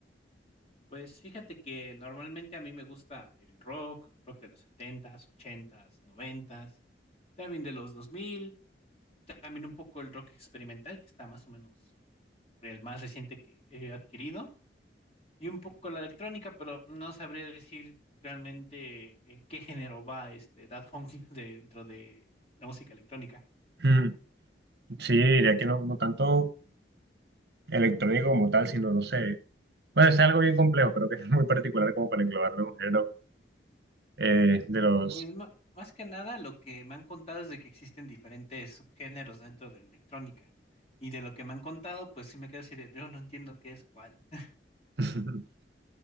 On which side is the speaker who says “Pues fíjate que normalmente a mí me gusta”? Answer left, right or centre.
Left